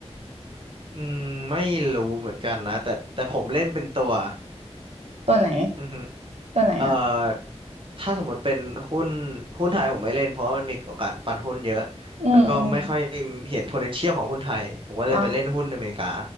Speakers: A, on the right; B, on the right.
A: อืมไม่รู้เหมือนกันนะแต่แต่ผมเล่นเป็นตัว
B: ตัวไหน
A: อือฮึ
B: ตัวไหนอะ
A: เอ่อถ้าสมมติเป็นหุ้นหุ้นไทยผมไม่เล่นเพราะว่ามันมีโอกาสปั่นหุ้นเยอะ
B: อืมอืม
A: แล้วก็ไม่ค่อยเห็น potential ของหุ้นไทยผมก็เลยไปเล่นหุ้นอเมริกา
B: อ๋อ